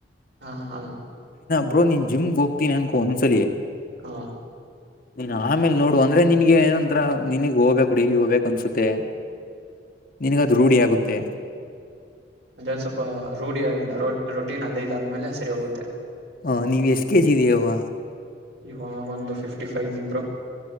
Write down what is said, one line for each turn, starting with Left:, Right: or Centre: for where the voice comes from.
Right: ಹಾ ಹಾ
Left: ಬ್ರೋ ನೀನ್ ಜಿಮ್ಗೆ ಹೋಗ್ತೀನಿ ಅನ್ಕೋ ಒಂದ್ಸಲಿ
Right: ಹ
Left: ನೀನ್ ಆಮೇಲ್ ನೋಡು ಅಂದ್ರೆ ನಿನ್ಗೆ ಏನಂಂತರ ನಿನಗ್ ಹೋಗ್ಬೇಕ್ <unintelligible> ಕುುಡಲಿ ಹೋಗ್ಬೇಕು ಅನ್ಸುತ್ತೆ ನಿನಗದು ರೂಢಿಯಗುತ್ತೆ
Right: ಅದೊಂದ್ ಸ್ವಲ್ಪ ರೂಢಿ ಆಗಂಟ ರ ರೊಟೀನ್ ಅದೈದುಾದ್ಮೇಲೆ ಸರಿ ಹೋಗುತ್ತೆ
Left: ಹ ನೀವ್ ಎಸ್ಟ್ ಕೆೇಜಿ ಇದೀವಗ
Right: ಇವಾಗ ಒಂದು ಫಿಫ್ಟಿ ಫೈವ್ ಇದೀನ್ ಬ್ರೊ